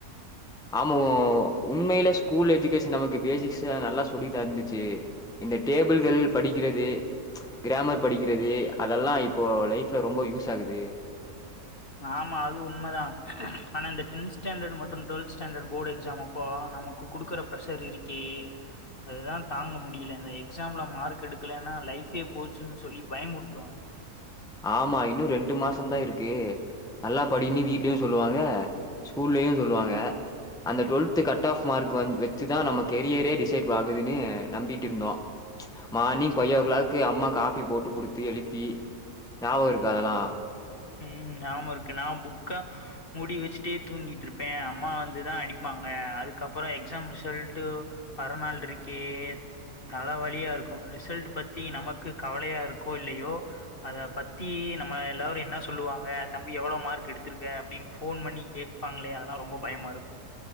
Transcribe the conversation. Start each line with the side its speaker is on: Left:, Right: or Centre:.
Centre: ஆ மோ
Left: ம்
Centre: உண்மையில ஸ்கூல் ஏஜ் ச்சு நமக்கு பேசிக்ஸ் நல்லா சொல்லி தந்துச்சு இந்த டேபிள்கள் படிக்கிறது கிராமர் படிக்கிறது அதெல்லா இப்போ லைஃப்ல ரொம்ப யூஸ் ஆகுது
Left: ஆமா அது உண்ம தா ஆனா இந்த டென்த் ஸ்டேண்டர்ட் மற்றும் டுவல்த் ஸ்டேண்டர்ட் போர்டு எக்ஸாம் அப் போ நமக்கு குடுக்குற ப்ரஷர் இருக்கே அது தா தாங்க முடியல இந்த எக்ஸாமில மார்க் எடுக்கலன்னா லைஃபே போச்சுன்னு சொல்லி பயமுறுத்துவாங்க
Centre: ஆமா இன்னு ரெண்டு மாசம தா இருக்கு நல்லா படின்னு வீட்லயு சொல்லுவாங்க ஸ்கூல்லயு சொல்லுவாங்க அந்த டுவெல்த் கட் ஆஃப் மார்க் வ வச்சுதா நம்ம கெரியரே டிசைட் ஆகுதுன்னு நம்பிட்டு இருந்தோ மார்னிங் ஃபை ஓ கிளாக்கு அம்மா காபி போட்டு குடுத்து எழுப்பி ஞாபக இருக்க அதெல்லா
Left: ம் ஞாமாருக்கு நா புக்க முடி வச்சுட்டே தூங்கிட்டு இருப்பேன் அம்மா வந்துதா அடிப்பாங்க அதுக்கப்பறோ எக்ஸாம் ரிசல்ட்டு வரநாள் இருக்கே தல வழியா இருக்கு ரிசல்ட் பத்தி நமக்கு கவலையா இருக்கோ இல்லையோ அத பத்தி நம்ம எல்லாரு என்ன சொ சொல்லுவாங்க தம்பி எவ்வளோ மார்க் எடுத்திருக்க அப்டின்னு போன் பண்ணி கேட்பாங்களே அதெல்லா ரொம்ப பயமாருக்கு